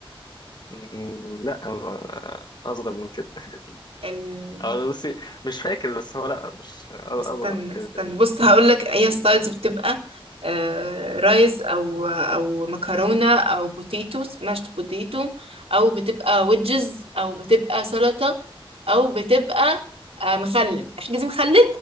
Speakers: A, on the left; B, on the right.
A: مم، لا آه، اصغر من كده <laughs>
B: ال...
A: أو بصي مش فاكر بس هو لا مش أه،
B: طب استنى
A: اصغر من كده
B: استنى
A: تقريبا
B: بص هقولك هي السايدز بتبقى آه رايز او او مكرونة او بوتيتو سماشت بوتيتو او بتبقى ويدجز او بتبقى سلطة او بتبقى آه مخلل الحاجة دي مخلل